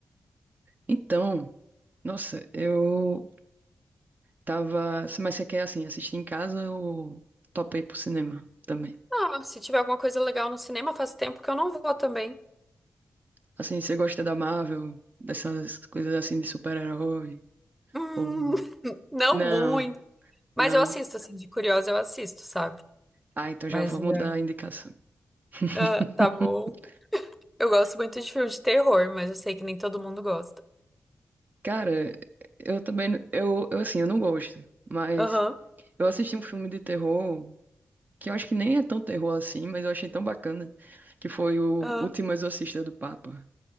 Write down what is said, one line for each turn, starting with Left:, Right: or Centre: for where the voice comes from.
Right: Então, nossa, eu tava. Mas você quer, assim, assistir em casa ou topei pro cinema também?
Centre: Ah, se tiver alguma coisa legal no cinema, faz tempo que eu não vou também.
Right: Assim, você gosta da Marvel, dessas coisas assim de super-herói?
Centre: Hum,
Right: Ou...
Centre: <laughs> não
Right: Não,
Centre: muito. Mas
Right: não.
Centre: eu assisto, assim, de curiosa eu assisto, sabe?
Right: Ah, então
Centre: Mas
Right: já vou
Centre: é.
Right: mudar a indicação. <laughs>
Centre: Ah, tá bom. Eu gosto muito de filme de terror, mas eu sei que nem todo mundo gosta.
Right: Cara, eu também. n- Eu, eu, assim, eu não gosto, mas
Centre: Aham.
Right: eu assisti um filme de terror. Que eu acho que nem é tão terror assim, mas eu achei tão bacana, que foi o
Centre: aham.
Right: Último Exorcista do Papa.